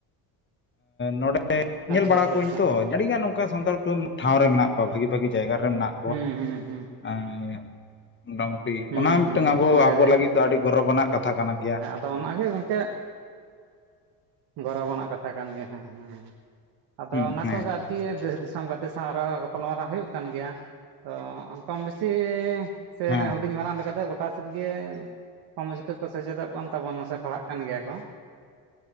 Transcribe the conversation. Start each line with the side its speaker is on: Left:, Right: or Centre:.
Left: ᱱᱚᱰᱮ ᱧᱮᱞ
Right: ᱟᱪᱪᱷᱟ
Left: ᱵᱟᱲᱟ
Right: ᱟᱪᱪᱷᱟ
Left: ᱠᱚᱣᱟᱹᱧ
Right: ᱟᱪᱪᱷᱟ
Left: ᱛᱚ᱾ ᱟᱹᱰᱤᱜᱟᱱ ᱱᱚᱝᱠᱟ ᱥᱟᱱᱛᱟᱲ <unintelligible> ᱴᱷᱟᱣ ᱨᱮ ᱢᱮᱱᱟᱜ ᱠᱚᱣᱟ ᱵᱷᱟᱜᱤ ᱵᱷᱟᱜᱤ ᱡᱟᱭᱜᱟ ᱨᱮ ᱢᱮᱱᱟᱜ
Right: ᱦᱩᱸ ᱦᱩᱸ ᱦᱩᱸ
Left: <unintelligible> ᱴᱤ
Right: ᱦᱩᱸ
Left: ᱚᱱᱟ ᱢᱤᱫᱴᱟᱝ
Right: ᱦᱩᱸ ᱦᱩᱸ,
Left: ᱟᱵᱚ
Right: ᱵᱷᱟᱜᱮ
Left: ᱟᱵᱚ ᱞᱟᱹᱜᱤᱫ ᱫᱚ ᱟᱹᱰᱤ ᱜᱚᱨᱚᱵ ᱟᱱᱟᱜ ᱠᱟᱛᱷᱟ ᱠᱟᱱᱟ ᱜᱮᱭᱟ᱾
Right: ᱛᱚ ᱚᱱᱟᱜ ᱜᱮ ᱜᱚᱝᱠᱮ ᱜᱚᱨᱚᱵ ᱟᱱᱟᱜ ᱠᱟᱛᱷᱟ ᱠᱟᱱ ᱜᱮ ᱦᱮᱸ ᱦᱮᱸᱸ ᱟᱫᱚ
Left: ᱦᱮᱸ
Right: ᱚᱱᱟ
Left: ᱦᱮᱸ
Right: ᱠᱚᱜᱮ ᱟᱨ ᱠᱤ ᱫᱮᱥ ᱫᱤᱥᱚᱢ ᱜᱟᱛᱮ ᱥᱟᱣ ᱜᱟᱯᱟᱞ ᱢᱟᱨᱟᱣ ᱦᱩᱭᱩᱜ ᱠᱟᱱ ᱜᱮᱭᱟ ᱛᱚ ᱠᱚᱢ ᱵᱮᱥᱤᱼᱼ ᱥᱮ
Left: ᱦᱮᱸ
Right: ᱦᱩᱰᱤᱧ ᱢᱟᱨᱟᱝ ᱞᱮᱠᱟ ᱛᱮ ᱜᱚ ᱚᱠᱟᱥᱮᱫ ᱜᱮ ᱠᱚᱢᱵᱮᱥᱤ ᱛᱮ ᱠᱚ ᱥᱮᱪᱮᱫᱚᱜ ᱠᱟᱱ ᱛᱟᱵᱚᱱ ᱢᱟ ᱥᱮ ᱯᱟᱲᱦᱟᱜ ᱠᱟᱱ ᱜᱮᱭᱟ ᱠᱚᱼᱼ